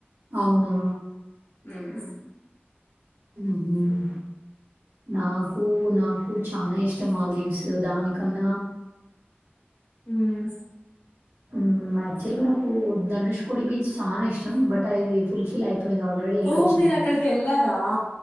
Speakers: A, on the right; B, on the left.
A: అవునా?
B: ఉమ్
A: ఉమ్మ్ నాకు నాకు చాల ఇష్టం మావ్ దీసు వ్స్ దానికన్నా
B: హ్మ్
A: హ్మ్. యాక్చువల్‌గా నాకు ధనుష్కోడి బీచ్ చానా ఇష్టం. బట్ అది ఫుల్‌ఫిల్ అయిపోయింది. ఆల్రెడీ ఎళ్ళొచ్చాను.
B: ఓ మీర్ అక్కడ్ కెలా క ఆ